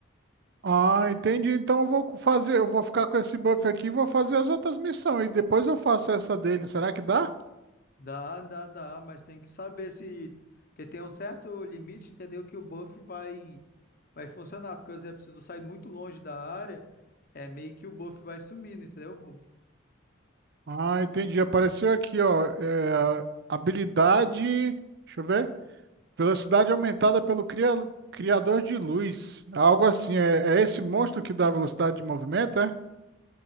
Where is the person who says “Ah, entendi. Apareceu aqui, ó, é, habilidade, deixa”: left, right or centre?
Right